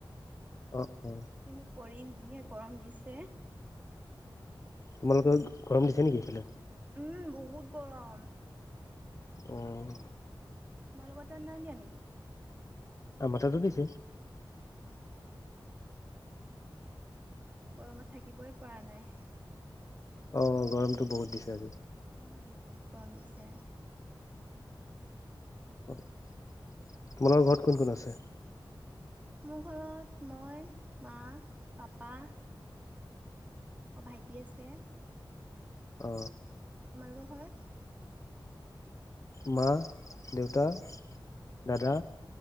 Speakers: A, on the left; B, on the right.
A: অ অ
B: কিন্তু কৰিম যিহে গৰম দিছে
A: তোমালোকে গৰম দিছে নেকি এইফালে
B: উম বহুত গৰম
A: আহ
B: লগত নাই দিয়া নেকি?
A: আ মাথাটো দিছে।
B: আহ, গৰমত থাকিবই পৰা নাই
A: অ গৰমতো বহুত দিছে আজি
B: উম বহুত গৰম দিছে।
A: তোমালোকৰ ঘৰত কোন কোন আছে?
B: মোৰ ঘৰত মই মা পাপা আ ভাইটি আছে
A: অ,
B: অ তোমালোকৰ ঘৰত
A: মা দেউতা দাদা।